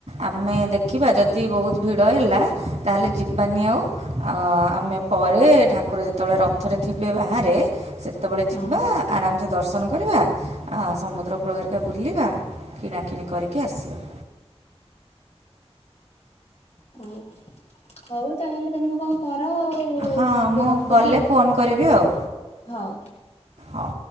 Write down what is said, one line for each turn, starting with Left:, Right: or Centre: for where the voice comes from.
Right: ଆମେ ଦେଖିବା ଯଦି ବହୁତ୍ ଭିଡ଼ ହେଲା ତାହାହେଲେ ଜୀବନୀ ଆଉ ଆ ଆମେ ପରେ ଠାକୁର ଯେତେବେଳେ ରଥରେ ଥିବେ ବାହାରେ ସେତେବେଳେ ଯିବା
Left: ହଁ।
Right: ଆରାମ ସେ ଦର୍ଶନ କରିବା ସମୁଦ୍ର କୂଳହରିକା ବୁଲିବା କିଣାକିଣି କରିକି ଆସିବା
Left: ହଉ ହଉ ତାହେଲେ ତମେ କଣ କର ଆଉ
Right: ହଁ
Left: ଟିକେ
Right: ମୁଁ
Left: ରଖୁଛି
Right: ଗଲେ
Left: ଆଉ
Right: ଫୋନ୍ କରିବି ଆଉ
Left: ହଉ
Right: ହଉ